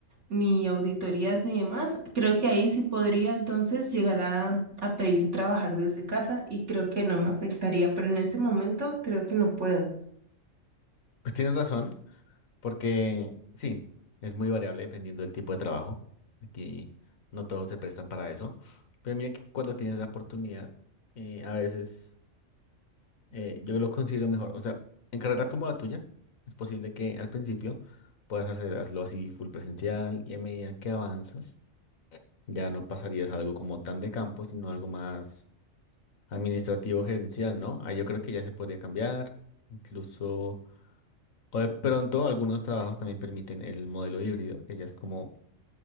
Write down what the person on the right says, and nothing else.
ni auditorías, ni demás. Creo que ahí sí podría entonces llegar a, a pedir trabajar desde casa y creo que no me afectaría, pero en este momento creo que no puedo.